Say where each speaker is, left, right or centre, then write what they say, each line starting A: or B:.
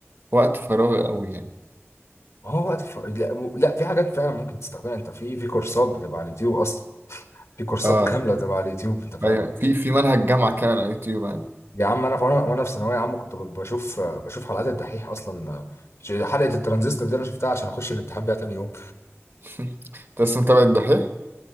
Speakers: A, on the right; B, on the left.
A: وقت فراغي قوي يعني
B: هو وقت ف... لا, و- لا في حاجات فعلا ممكن تستخدمها انت في في كورسات بتبقى على اليوتيوب اصلا في كورسات
A: اه
B: كامله بتبقى على اليوتيوب انت فاهم
A: ايوه في في منهج جامعة كامل على اليوتيوب يعني
B: يا عم انا وانا وانا في ثانويه عامه كنت ب- بشوف بشوف حلقات الدحيح اصلا حلقه الترانزستور
A: مم.
B: دي انا شفتها عشان اخش الامتحان بيها تاني يوم
A: <laughs> انت اصلا متابع الدحيح؟